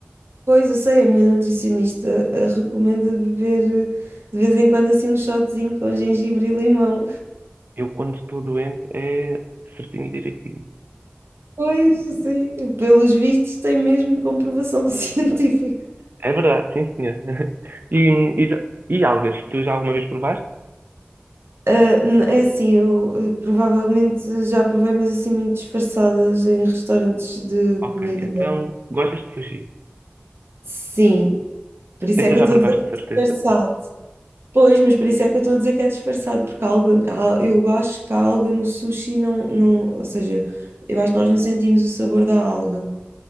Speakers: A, on the right; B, on the right.
A: pois, eu sei, a minha nutricionista eh, recomenda beber eh, de vez em quando assim um shotzinho com gengibre e limão.
B: Eu, quando estou doente, é certinho e direitinho.
A: Pois, sim, pelos vistos tem mesmo comprovação <laughs> científica.
B: É verdade, sim, senhor. <laughs> E, e, já- e algas, tu já alguma vez provaste?
A: Ah, n- é assim, eu eh, provavelmente já provei, mas assim muito disfarçadas em restaurantes de
B: Ok,
A: comida.
B: então gostas de sushi?
A: Sim, por isso
B: Então
A: é que
B: já
A: eu estou
B: provaste
A: a dizer que
B: de certeza.
A: é disfarçado. Pois, mas por isso é que eu estou a dizer que é disfarçado, porque há algo, há- eu acho que a alga no sushi não, não, ou seja, eu acho que nós não sentimos o sabor da alga.